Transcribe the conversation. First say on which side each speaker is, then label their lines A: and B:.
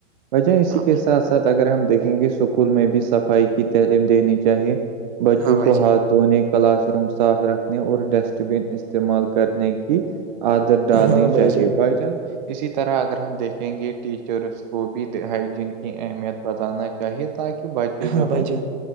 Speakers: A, on the right (about 40°); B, on the right (about 60°).
A: بھ جان اسی
B: ہاں
A: کے ساتھ ساتھ اگر ہم دیکیں گے اسکول میں بھی صفائی کی تعلیم دینی چاہیے بچوں
B: ہاں بھائی
A: کو
B: جان
A: ہاتھ دھونے کلاس روم صاف رکھنے اور ڈسٹ بن استعمال کرنے کی عادت ڈالنی
B: ہاں بھائی
A: چاہیے
B: جان
A: بائی چانس اسی طرح اگر ہم دیکھیں گے ٹیچرس کو بھی ہائجین کی اہمیت بتانا چاہیے تاکہ بچے
B: ہاں
A: جو
B: بھائی
A: ہے
B: جان